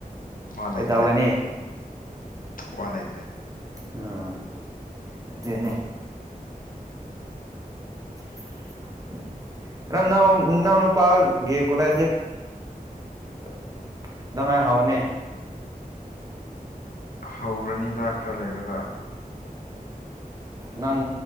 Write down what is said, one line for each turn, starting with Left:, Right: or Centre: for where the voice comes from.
Left: ꯃꯥ
Right: ꯀꯩꯗꯧꯒꯅꯤ
Left: ꯂꯩꯇ꯭ꯔꯦ ꯋꯥ ꯂꯩꯇ꯭ꯔꯦ
Right: ꯎꯝ ꯑꯗꯨꯅꯦ <inaudible> ꯅꯅꯥꯎ ꯅꯅꯥꯎꯅꯨꯄꯥꯒꯤ ꯀꯣꯂꯦꯖꯇꯤ <unintelligible>
Left: ꯍꯧꯔꯅꯤꯗ ꯈꯔ ꯂꯩꯔꯒ
Right: ꯅꯪ